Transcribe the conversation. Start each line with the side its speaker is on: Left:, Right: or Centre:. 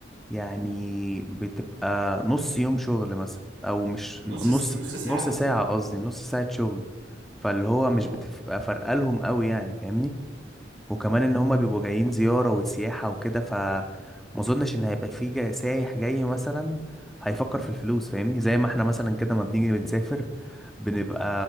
Centre: يعني بتبقى نص يوم شغل مثلا او مش نص
Right: نص س... نص ساعة
Centre: نص ساعة
Right: قصدك
Centre: قصدي نص ساعة شغل فاللي هو مش
Right: اه
Centre: بتبقى فارقة لهم قوي يعني فاهمني وكمان ان هما بيبقوا جايين زيارة وسياحة وكده فما اظنش ان هيبقى في جا- سايح جاي مثلا هيفكر في الفلوس فاهمني زي ما احنا مثلا كده ما بنيجي بنسافر بنبقى